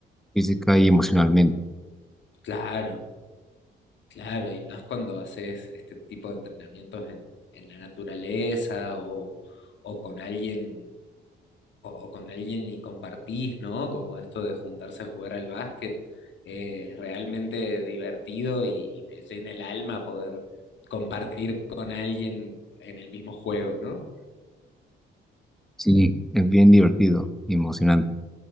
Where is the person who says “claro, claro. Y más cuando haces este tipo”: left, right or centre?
Left